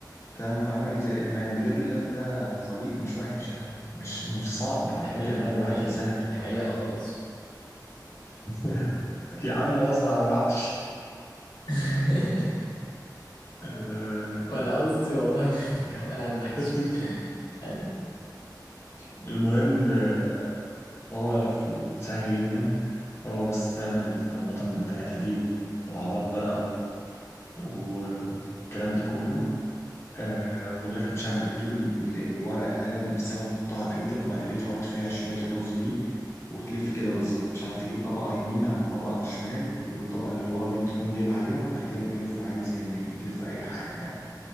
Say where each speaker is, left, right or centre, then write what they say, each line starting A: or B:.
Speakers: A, on the left; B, on the left.
A: فاهم عامل زي الإدمان بجد اللف ده ظريف مش وحش يعني مش مش صعب على
B: دي حقيقة
A: فكرة لا بالعكس
B: دي حقيقة
A: ده سهل جدا
B: دي حقيقة
A: عادي
B: خالص
A: <laughs> يا عم قصدي على المحشي
B: <laughs>
A: آه،
B: ما انا قصدي والله <laughs> كمان على المحشي
A: <laughs>
B: يعني
A: المهم آه، هو لفه سهل جدا هو بس تعمل الطماطم بتاعتها دي وبهارات بقى والكلام ده كله آه ولا مش عارف بتجيب ال- ال- الورق العنب نفسها وتحطها على ايدك وبعد كده تحط فيها شوية الرز دي وتلف كده بالظبط مش عارف تجيب طبقة يمين على طبقة شمال والطبقة اللي ورا دي بتكون جايبها عليهم وبعد كده بتلف عادي زي انك بتلف اي حاجة يعني